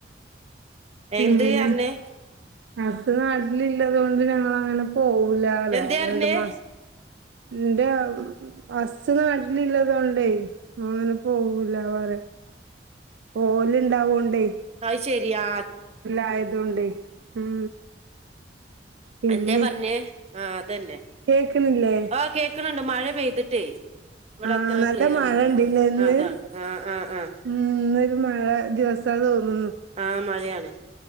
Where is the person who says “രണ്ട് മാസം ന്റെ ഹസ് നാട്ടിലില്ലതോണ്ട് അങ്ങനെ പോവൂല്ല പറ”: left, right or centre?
Right